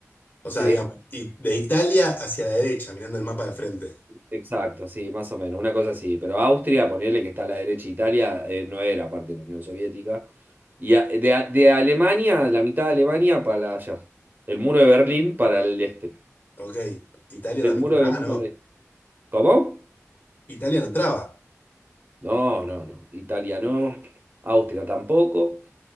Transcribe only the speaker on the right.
Sí.
Exacto, sí, más o menos, una cosa así. Pero Austria, ponerle que está a la derecha, Italia eh, no era parte de la Unión Soviética. Y a- de, a- de Alemania, la mitad de Alemania para allá. El muro de Berlín para el este.
Del
muro
de Berlín
para el este. ¿Cómo?
No, no, no. Italia no. Austria tampoco.